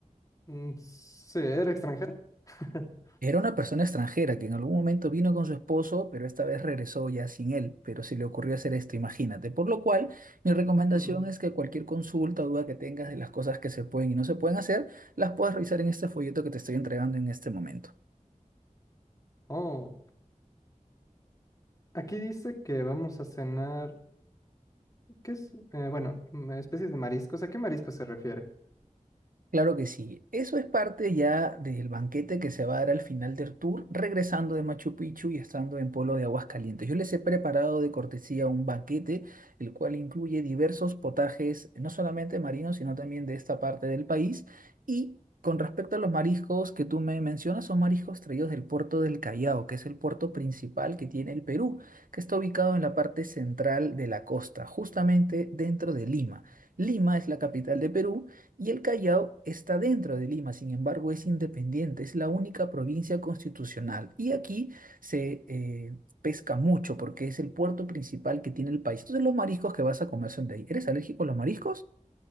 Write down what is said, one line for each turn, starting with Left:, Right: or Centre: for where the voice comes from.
Left: Mm, Sí, ¿era extranjera? <laughs>
Right: Era una persona extranjera que en algún momento vino con su esposo, pero esta vez regresó ya sin él, pero se le ocurrió hacer esto, imagínate. Por lo cual, mi recomendación
Left: Mm.
Right: es que cualquier consulta o duda que tengas de las cosas que se pueden y no se pueden hacer, las puedas revisar en este folleto que te estoy entregando en este momento.
Left: Oh, aquí dice que vamos a cenar, ¿qué es? Eh, bueno, mm, especies de mariscos. ¿A qué marisco se refiere?
Right: Claro que sí. Eso es parte ya del banquete que se va a dar al final del tour, regresando de Machu Picchu y estando en Polo de Aguascalientes. Yo les he preparado de cortesía un banquete, el cual incluye diversos potajes, no solamente marinos, sino también de esta parte del país. Y con respecto a los mariscos que tú me mencionas, son mariscos traídos del puerto del Callao, que es el puerto principal que tiene el Perú, que está ubicado en la parte central de la costa, justamente dentro de Lima. Lima es la capital de Perú. Y el Callao está dentro de Lima, sin embargo es independiente, es la única provincia constitucional. Y aquí se eh, pesca mucho porque es el puerto principal que tiene el país. Entonces los mariscos que vas a comer son de ahí. ¿Eres alérgico a los mariscos?